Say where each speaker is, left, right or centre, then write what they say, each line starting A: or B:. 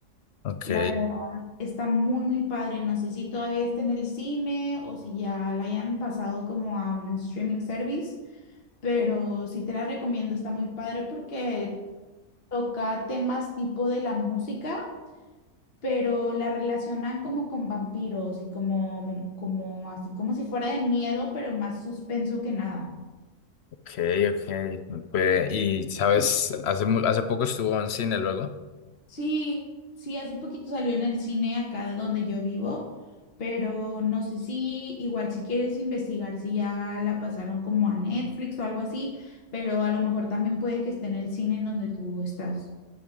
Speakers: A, on the left; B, on the left.
A: Ok.
B: La verdad está muy muy padre. No sé si todavía está en el cine o si ya la hayan pasado como a un streaming service. pero sí te la recomiendo, está muy padre porque toca temas tipo de la música, pero la relacionan como con vampiros y como, mo- como así como si fuera de miedo, pero más suspenso que nada.
A: Ok, ok. Pues, y sabes, hace, mu- hace poco estuvo en cine luego.
B: Sí, sí, hace poquito salió en el cine acá de donde yo vivo, pero no sé si igual si quieres investigar si ya la pasaron como a Netflix o algo así, pero a lo mejor también puede que esté en el cine en donde tú estás.